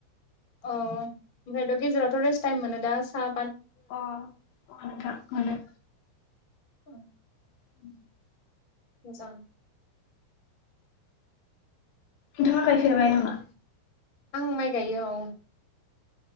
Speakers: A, on the left; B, on the left.
A: औ ओमफ्रायथ' गेजेरावथ' रेस्ट टाइम मोनो दा सा
B: अ औ नोंथां मोनो
A: औ
B: <unintelligible>
A: मोजां
B: नोंथांङा गायफेरबाय नामा?
A: आं माइ गायो औ